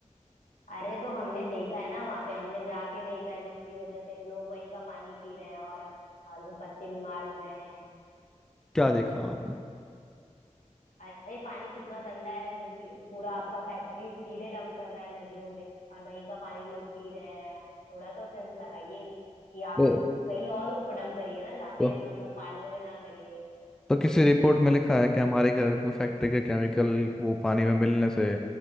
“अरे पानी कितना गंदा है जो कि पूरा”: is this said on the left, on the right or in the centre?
Left